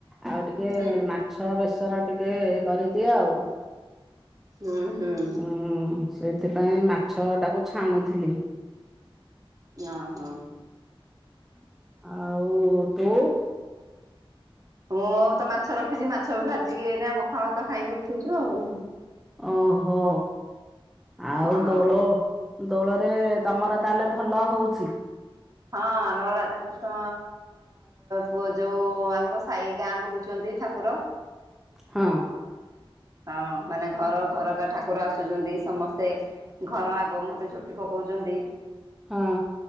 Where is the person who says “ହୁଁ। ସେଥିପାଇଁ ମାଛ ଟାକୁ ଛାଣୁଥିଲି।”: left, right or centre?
Centre